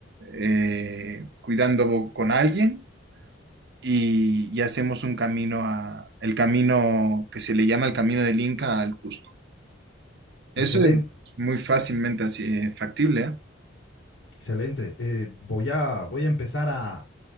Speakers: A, on the right (about 60°); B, on the left (about 90°).
A: eh, cuidando con alguien y, y hacemos un camino a, el camino que se le llama el camino del Inca al Cusco. Eso
B: Excelente,
A: es muy fácilmente así, eh, factible, ¿eh?
B: excelente. Eh, voy a, voy a empezar a,